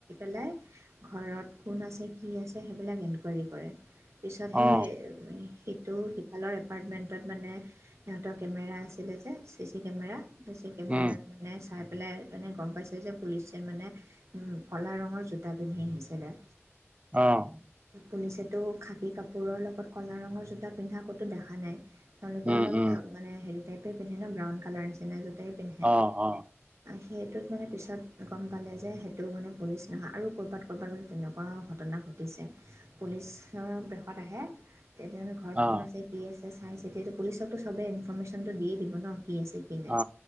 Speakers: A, on the right; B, on the right.
A: পেলাই ঘৰত কোন আছে, কি আছে সেইবিলাক ইনকুৱাৰি কৰে। পিচত হে
B: অ
A: সিটো সিফালৰ এপাৰ্টমেণ্টত মানে সিহঁতৰ কেমেৰা আছিলে যে C C camera. C C কেমেৰাত
B: উম
A: মানে চাই পেলাই মানে গম পাইছে যে পুলিচে মানে উম' ক'লা ৰঙৰ জোতা পিন্ধি আহিছিলে।
B: অ'
A: পুলিচেতো খাকী কাপোৰৰ লগত ক'লা ৰঙৰ জোতা পিন্ধা ক'তো দেখা নাই। তেওঁলোকে
B: উম
A: অলপ
B: উম
A: মানে হেৰি টাইপেই পিন্ধে ন ব্ৰাউন কালাৰ নিচিনা জোটাই পিন্ধে।
B: অ অ
A: সেইটোত মানে পিছত গম পালে যে সে টো মানে পুলিচ নহয় আৰু ক'ৰবাত ক'ৰবাত বোলে তেনেকুৱা ঘটনা ঘটিছে। পুলিচৰ বেশত আহে তেতিয়াটো ঘৰত
B: অ
A: কোন আছে, কি আছে চাই চিটি এইটো পুলিচকতো সবে ইনফৰৰ্মেশ্যনটো দিয়েই দিব ন কি আছে, কি নাই,
B: অ